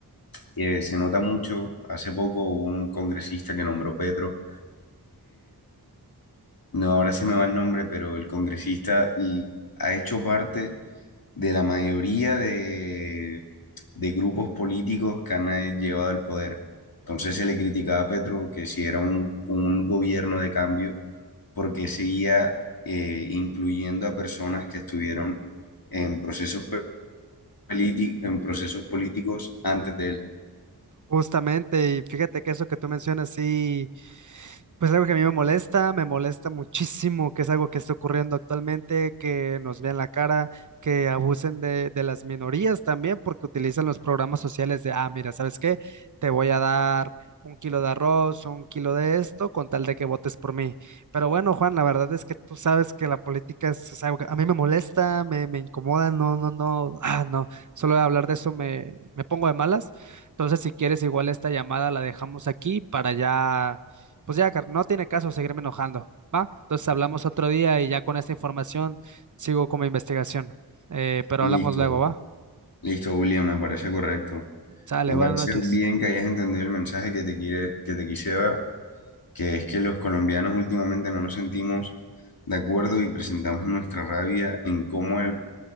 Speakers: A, on the left; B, on the right.
A: eh, se nota mucho, hace poco hubo un congresista que nombró Petro, No, ahora se me va el nombre, pero el congresista y ha hecho parte de la mayoría de, de grupos políticos que han eh, llevado el poder. Entonces se le criticaba a Petro que si era un, un gobierno de cambio, porque seguía eh, incluyendo a personas que estuvieron en procesos, pe- politi- en procesos políticos antes de él.
B: Justamente, y fíjate que eso que tú mencionas, sí. Pues algo que a mí me molesta, me molesta muchísimo, que es algo que está ocurriendo actualmente, que nos vean la cara, que abusen de, de las minorías también, porque utilizan los programas sociales de, ah, mira, ¿sabes qué? Te voy a dar un kilo de arroz, un kilo de esto, con tal de que votes por mí. Pero bueno, Juan, la verdad es que tú sabes que la política es, es algo que a mí me molesta, me, me incomoda, no, no, no, ah, no, solo de hablar de eso me, me pongo de malas. Entonces, si quieres, igual esta llamada la dejamos aquí para ya pues ya, Car- no tiene caso seguirme enojando, ¿va? Entonces hablamos otro día y ya con esta información sigo con mi investigación. Eh, pero
A: Listo,
B: hablamos luego, ¿va?
A: listo, William, me parece correcto.
B: Sale,
A: Me parece
B: buenas noches.
A: bien que hayas entendido el mensaje que te quiere, que te quise dar. que es que los colombianos últimamente no nos sentimos de acuerdo y presentamos nuestra rabia en cómo el